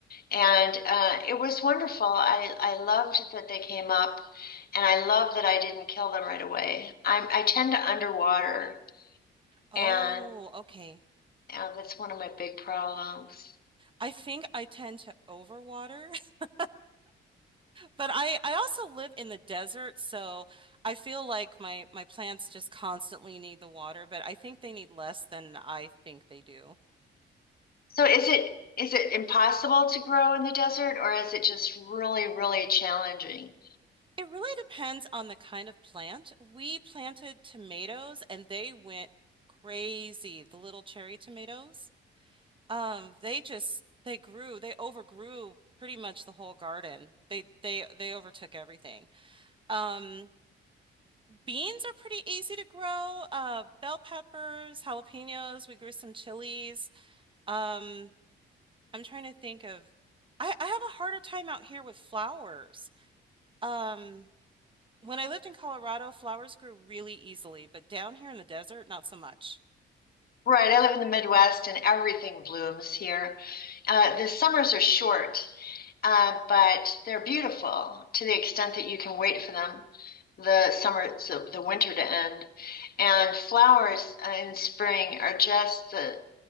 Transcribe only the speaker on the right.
Oh,
okay.
I think I tend to overwater, <laughs> but I I also live in the desert, so I feel like my my plants just constantly need the water, but I think they need less than I think they do.
It really depends on the kind of plant. We planted tomatoes and they went crazy, the little cherry tomatoes. Um, they just they grew, they overgrew pretty much the whole garden. They they they overtook everything. Um, beans are pretty easy to grow. Uh, bell peppers, jalapenos, we grew some chilies. Um, I'm trying to think of I, I have a harder time out here with flowers. Um, when I lived in Colorado, flowers grew really easily, but down here in the desert, not so much.